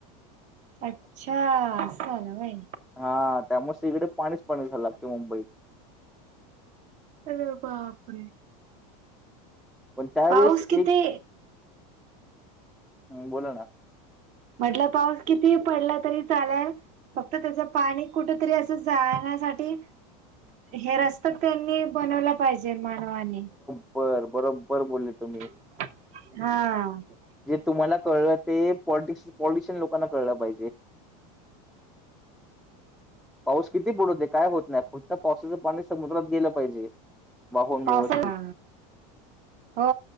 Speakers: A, on the right (about 40°); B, in the centre.
A: अच्छा असं झालं व्हय.
B: हा त्यामुळे त इकडे पाणीच पाणी झालं लागते अख्या मुंबईत.
A: अरे बापर!
B: पण त्यावेेळेस
A: पाऊस किती
B: एक, बोला ना.
A: म्हटलं पाऊस किती ही पडला तरी चाललं फक्त त्याचं पाणी कुठं तरी असं जाण्यासाठी हे रस्ते त्यांनी बनवलं पाहिजे मानवानी.
B: बरं बरोबर बोले तुम्ही.
A: हा.
B: जे तुम्हाला कळलं ते पॉलिटिक्स पॉलिटिशियन लोकांना कळलं पाहिजे. <inaudible> पाऊस किती ही पडू दे काय होत नाही फक्त पावसाच पाणी समुद्रात गेल पाहिजे. वाहून व्यवस्थित
A: पावसाला, हो